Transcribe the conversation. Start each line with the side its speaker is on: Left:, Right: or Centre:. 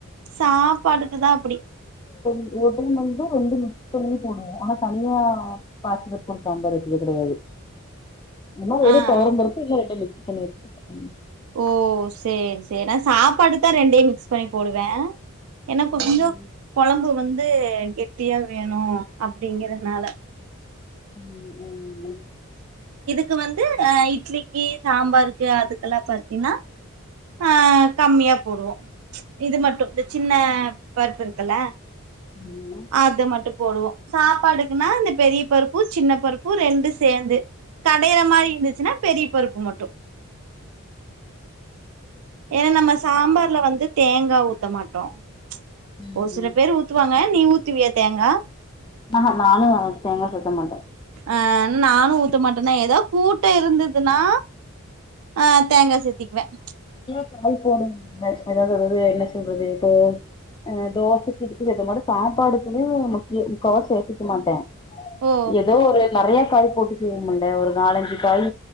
Right: சாப்பாடுக்கு தா அப்டி
Left: ஒவ்வோர் டைம் வந்து ரெண்டு மிக்ஸ் பண்ணி போடுவோ ஆனா தனியா பாசிப்பருப் போட் சாம்பார் வெச்சது கெடயாது இல்ல வெறு
Right: ஆ
Left: தொவரம்
Right: ஆ
Left: பருப்பு இல்ல ரெண்டயு மிக்ஸ் <inaudible> அலோ <inaudible>
Right: ஓ சேரி சேரி நா சாப்பாடுக் தா ரெண்டயு மிக்ஸ் பண்ணி போடுவே ஏன்னா கொஞ்சோ
Left: ம்
Right: கொழம்பு வந்து ந்து கெட்டியா அப்டிங்கறனால
Left: ம் ம்ம்
Right: கு வந்து இட்லிக்கு சாம்பாருக்கு அதுக்கெல்லாம் பாத்தீங்ன்னா ஆ கம்மியா போடுவோம் இது மட்டும் இந்த சின்ன பருப்பு இருக்குல்ல
Left: ம்
Right: அத மட்டும் போடுவோம் சாப்பாடுக்குன்னா இந்த பெரிய பருப்பு சின்ன பருப்பு ரெண்டு சேர்ந்து கடையற மாரி இருந்துச்சுன்னா பெரிய பருப்பு மட்டும் ஏன்னா நம்ம சாம்பார்ல வந்து தேங்காய் ஊத்த மாட்டோம்
Left: ம்
Right: ஒரு சில பேர் ஊத்துவாங்க நீ ஊத் துவியா தேங்கா
Left: ந நானும் தேங்காய் சுத்த மாட்டேன்
Right: ஆ நானும் ஊத்த மாட்ட ஏதாவது கூட்டு முட்ட இருந்ததுனா ஆ தேங்காய் சேத்திக்குவேன்
Left: ஆய போன் சொல்லறது என்ன சொல்லறது இப்போ அ தோஸ்த கதுக்குதமாட சாப்பாடுக்கு முக்கிய முக்காவா சேர்த்துக்க மாட்டேன்
Right: ஓ
Left: ஏதோ ஒரு நறைய காயு போட்டு செய்வ முல ஒரு நாலஞ்சு காய்